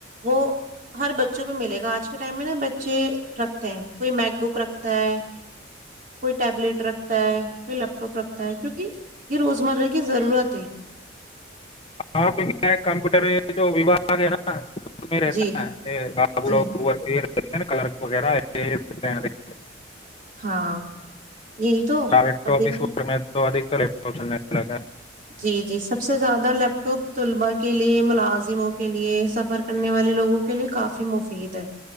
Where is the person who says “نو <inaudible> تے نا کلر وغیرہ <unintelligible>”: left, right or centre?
Left